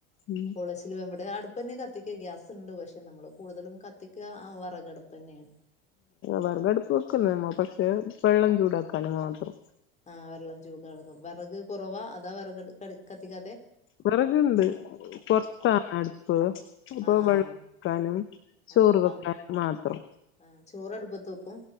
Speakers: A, on the left; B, on the left.
A: ഉം
B: പൊളച്ച് ഇവിടെ അടുപ്പന്നെ കത്തിക്ക ഗ്യാസ്ണ്ട് പക്ഷെ നമ്മള് കൂടുതലും കത്തിക്കുക വിറക് അടുപ്പ് തന്നെയാണ്.
A: വിറക് അടുപ്പ് വെക്കും <unintelligible> പക്ഷെ വെള്ളം ചൂടാക്കാന് മാത്രം.
B: ആഹ് വെള്ളം <unintelligible> എടുക്കും വിറക് കുറവാ അതാ വിറക് ക കത്തിക്കാത്ത
A: വിറകുണ്ട് പുറത്താണ് അടുപ്പ് അപ്പൊ
B: ആഹ്
A: <unintelligible> ചോറ്
B: ആഹ് അപ്പ
A: വെക്കാനും മാത്രം.
B: ആഹ് ചോറ് അടുപ്പത്ത് വെക്കും.